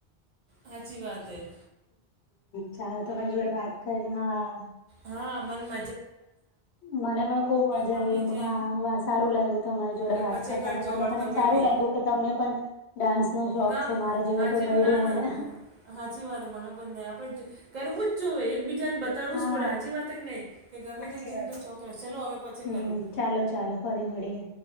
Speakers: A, on the right; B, on the left.
A: હાચી વાત હૈ.
B: ચાલો તમારી જોડે વાત કરીને હા
A: હા મન મ
B: મને પણ ખુબમજા
A: પણ
B: આવી
A: ભાઈ
B: એ
A: છે
B: હા સારું લાગ્યું તમારે જોડે
A: ને
B: વાત
A: પછી
B: કરતા
A: કરજો ઓર
B: મને
A: તમે
B: સારું
A: બી
B: લાગ્યું કે તમને પણ ડાન્સ નો શોખ
A: ના
B: છે મા જેવું
A: હાચી
B: કોઈ મળડ્યું
A: ના
B: મને.
A: ના હાચી વાત મને બ ન આપડે કરવું જ જોઈએ એક બીજાને બતાવું
B: હા
A: જ પડે સાચી વાત નઈ? કે ગમે
B: સાચી
A: તે જીતનો
B: વાત છે
A: <inaudible> હવે પછી
B: હમ
A: કરું.
B: ચાલો ચાલો ફરી મળીએ.